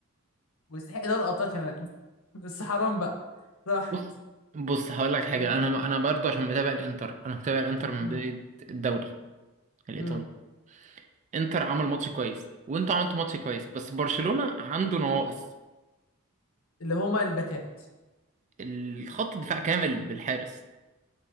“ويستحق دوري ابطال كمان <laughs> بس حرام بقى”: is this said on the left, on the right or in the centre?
Left